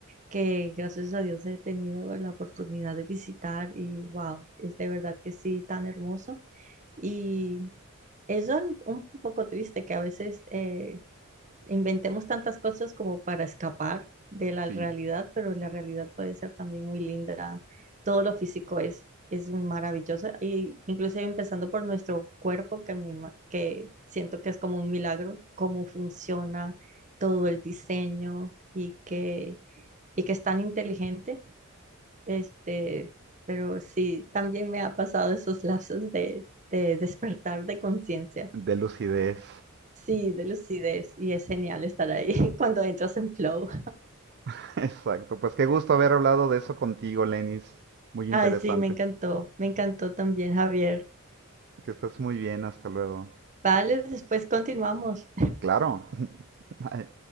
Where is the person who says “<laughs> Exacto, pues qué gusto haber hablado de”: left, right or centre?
Right